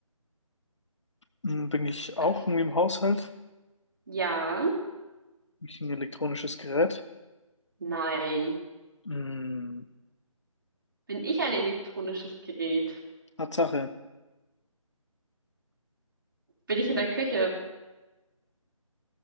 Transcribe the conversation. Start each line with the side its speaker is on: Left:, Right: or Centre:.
Left: Hm, Bin ich auch
Right: Okay,
Left: irgendwie im Haushalt?
Right: ja.
Left: Bin ich ein elektronisches Gerät?
Right: Nein.
Left: Hm,
Right: Bin ich ein elektronisches Gerät?
Left: Tatsache.
Right: Bin ich in der Küche?